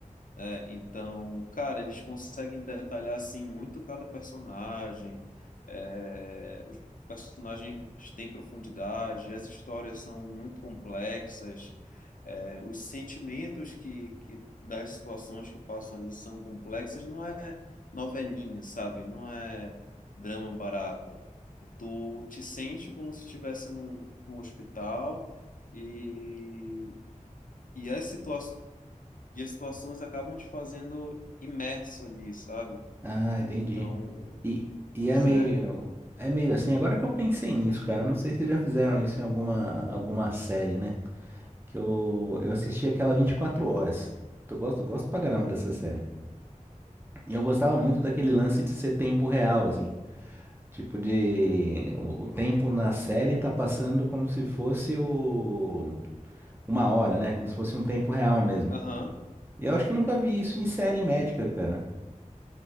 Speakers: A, on the left (about 80°); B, on the right (about 15°).
A: É, então, cara, eles conseguem detalhar assim muito cada personagem. é, os personagens têm profundidade, as histórias são muito complexas, é, os sentimentos que, que das situações que passam ali são complexas. Não é novelinha, sabe? Não é drama barato. Tu te sente como se estivesse num, num hospital. E e as situa e as situações acabam te fazendo imerso ali, sabe?
B: Ah, entendi.
A: Então,
B: E, e
A: pois
B: é meio,
A: é, cara.
B: é meio assim, agora que eu pensei nisso, cara, não sei se já fizeram isso em alguma, alguma série, né? Que eu, eu assisti aquela 24 horas. Eu gosto, gosto pra caramba dessa série. E eu gostava muito daquele lance de ser tempo real, assim. Tipo de. O, o tempo na série tá passando como se fosse o... uma hora, né? Como se fosse um tempo real mesmo.
A: Aham,
B: E eu acho que eu nunca vi isso em série médica, cara.